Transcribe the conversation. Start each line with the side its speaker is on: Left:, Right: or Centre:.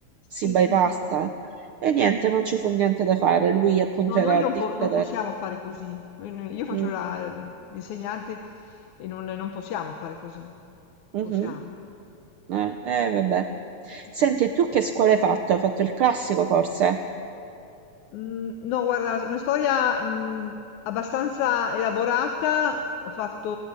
Right: si
Left: sì,
Right: bypassa.
Left: sì, sì.
Right: E niente, non ci fu niente da fare. Lui appunto
Left: No,
Right: era
Left: noi non,
Right: dictator.
Left: po- non possiamo fare così. Noi- noi- io faccio
Right: Mm,
Left: la- l'insegnante e non, non possiamo fare così. Non
Right: mhm.
Left: Possiamo.
Right: Eh, eh, vabbè. Senti,
Left: Mm.
Right: e tu che scuola hai fatto? Hai fatto il classico forse?
Left: Mhmm, no guarda, s una storia, mhmm, abbastanza elaborata. Ho fatto,